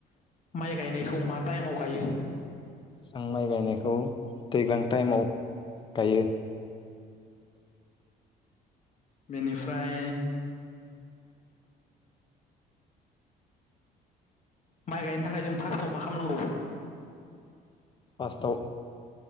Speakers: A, on the left; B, on the left.
A: माइ गायनायखौ मा टाइमआव गायो?
B: जों माइ गायनायखौ दैज्लां टाइमाव गायो।
A: बेनिफ्राय माइ गायनो थाखाय जों फार्स्टआव मा खालामनांगौ?
B: फार्स्टआव